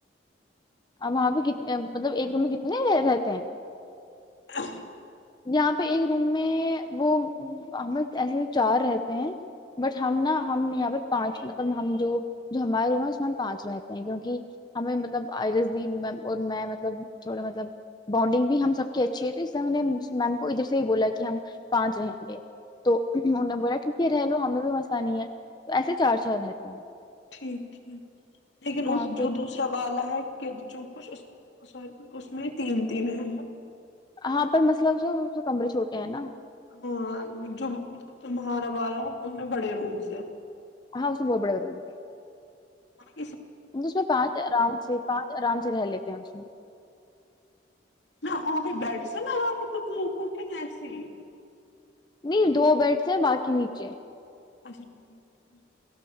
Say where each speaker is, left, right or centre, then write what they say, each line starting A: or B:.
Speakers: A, on the left; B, on the left.
A: اور وہاں پہ کتنے مطلب ایک روم میں کتنے رہتے ہیں
B: ہاں
A: یہاں پہ ایک روم میں وہ ہم ایسے چار رہتے ہیں بٹ ہم
B: ہاں
A: نا ہم یہاں پہ پانچ مطلب ہم جو ہمارا روم ہے اس میں ہم پانچ رہتے ہیں کیونکہ ہمیں مطلب آئرس دی میم اور میں مطلب تھوڑا مطلب بانڈنگ بھی ہم سب کی اچھی ہے تو اس طح ہم نے میم کو ادھر سے یہ بولا کہ ہم پانچ رہیں گے تو انوں نے بولا ٹھیک ہے رہ لو ہمیں بھی مسانی ہے تو ایسے چار سال رہتے ہیں
B: ٹھیک ٹھیک لیکن
A: ہاں
B: اس
A: پھر
B: جو دوسرا والا ہے کہ جو کچھ سور اس میں تین تین ہےا
A: ہاں پر مسلب کمرے چھوٹے ہیں نا
B: ہاں جو تمہارا والا ہو ان میں بڑے رومس ہیں
A: ہاں اس میں بہت بڑے روم ہے
B: ہاں <unintelligible>
A: اس میں پانچ ررام سے پانچ آرام سے رہ لیتے ہیں اس میں
B: نہ ہ میں بیٹھ س نہ ہو کہ تم موکو کہن ایسی
A: نہیں دو بیڈس ہیں باقی نیچے
B: اچھا ٹھیک <unintelligible>